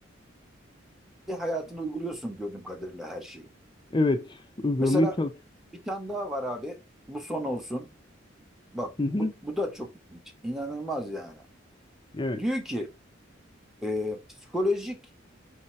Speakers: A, in the centre; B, on the left (about 25°).
A: hayatına uyguluyorsun gördüğüm kadarıyla her şeyi.
B: evet uygulamayı
A: Mesela
B: çalışıyorum.
A: bir tane daha var abi bu son olsun. Bak
B: Hı hı,
A: bu, bu da çok ilginç. İnanılmaz yani.
B: evet.
A: Diyor ki e, psikolojik